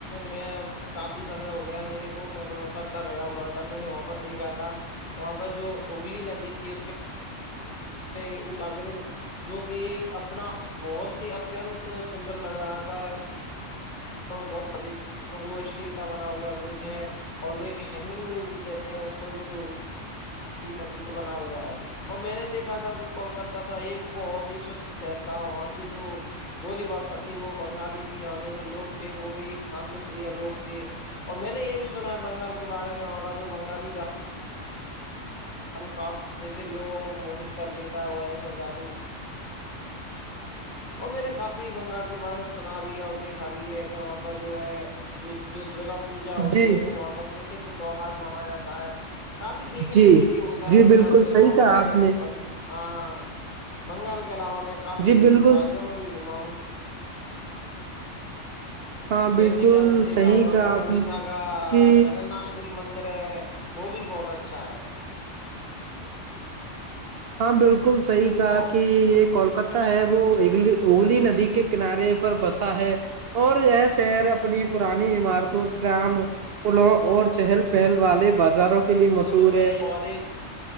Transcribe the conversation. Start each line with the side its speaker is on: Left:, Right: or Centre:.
Left: میں کافی سمے ہو گیا میرے کو میں کولکتہ گیا ہوا تھا میں نے وہاں پر دیکھا تھا وہاں پر جو ابلی ندی تھی اس کے ابا بیر جو کہ ایک اپنا بہت ہی اتنت سندر لگ رہا تھا تو بہت سدی کیک وہ اسٹیل کا بنا ہوا برج ہے اور وہ ایک ہینگنگ برج بھی کہتے ہیں اس کو جو کہ ندی کے بنا ہوا ہے <unintelligible> اور میں نے دیکھا تھا کہ کولکہ تھا ایک بہت ہی سوچھ شہر تھا وہاں کی جو بولی بھشا تھی وہ بنگالی تھی یہاں کے جو لوگ تھے وہ بھی ایک شانت پر لوگ تھے اور میں نے یہ بھی سنا ہے بنگال کے بارے میں وہاں کا جو بنالی ج کا جسے لووں کو موہت کر لیتا ہے وہ ایسا جادو اور میں نے کافی بنگال کے بارے میں سنا بھی ہے اور دیکھا بھی ہے کہ وہاں پہ جو ہے جو درگا پوجا ہوتی
Right: جی
Left: ہے وہ وہاں کا پرسھ تہوار مانا جاتا ہے کافی دیکھنے
Right: جی
Left: کے لیے ہوتا ہے
Right: جی
Left: بنگال
Right: بالکل
Left: میں
Right: صحیح
Left: اور
Right: کہا
Left: میں
Right: آپ نے
Left: بگ ہاں بنگال کے علاوہ میں کافی
Right: جی بالکل
Left: راجوں میں بھی گھما ہوں
Right: ہاں بالکل
Left: جیسے کہ آپ نے دیکھا
Right: صحیح
Left: ہوا
Right: کہا آپ
Left: اڑیسہ
Right: نے
Left: کا
Right: کہ
Left: جگن ناتھ پوری مندر ہے وہ بھی بہت اچھا ہے
Right: ہاں بالکل صحیح تھا
Left: اور
Right: کہ یہ کولکہ ہے وہ اگلی اگلی ندی کے کنارے پر بسا ہے اور ہے شیر اپنی پرانی عمارتوں ڈم پلوں اور چہل پہل والے بازاروں کے لیے مشہور
Left: تو میں
Right: ہے
Left: اور ایک